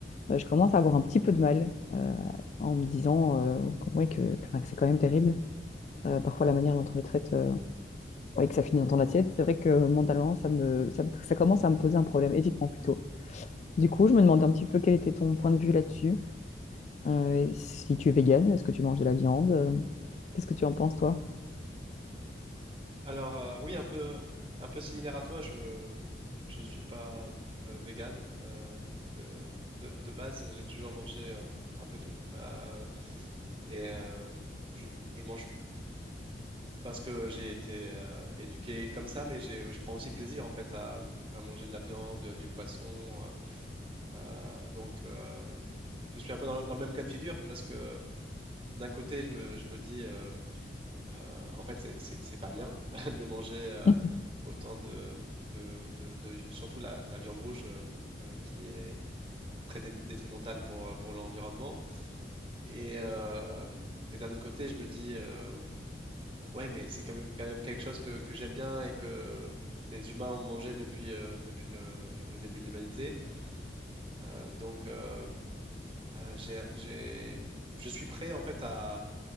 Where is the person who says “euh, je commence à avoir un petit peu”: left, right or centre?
Left